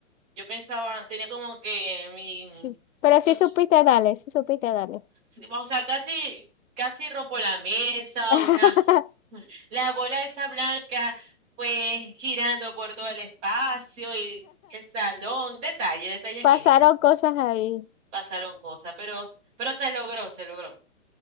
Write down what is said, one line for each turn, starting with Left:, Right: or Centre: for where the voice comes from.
Right: Yo pensaba, tenía como que mi,
Left: Sí. Pero sí
Right: no sé,
Left: supiste darle, sí supiste darle.
Right: sí, o sea, casi, casi rompo la mesa,
Left: <laughs>
Right: una, la bola esa blanca, pues girando por todo el espacio y el salón, detalle, detalles
Left: Pasaron
Right: mínimos.
Left: cosas ahí.
Right: Pasaron cosas, pero, pero se logró, se logró.